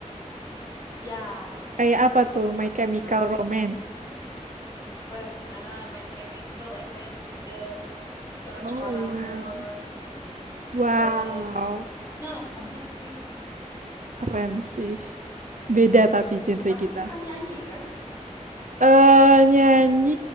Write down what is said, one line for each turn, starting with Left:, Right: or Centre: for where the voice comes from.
Left: Ya,
Right: Kayak apa tuh? My Chemical
Left: Hmm.
Right: Romance.
Left: benar. My Chemical Avenged, terus
Right: Oh
Left: Paramore,
Right: wow. Wow,
Left: em, banyak banyak sih.
Right: keren sih. Beda tapi genre
Left: Kamu
Right: kita.
Left: suka nyanyi kan?
Right: eh nyanyi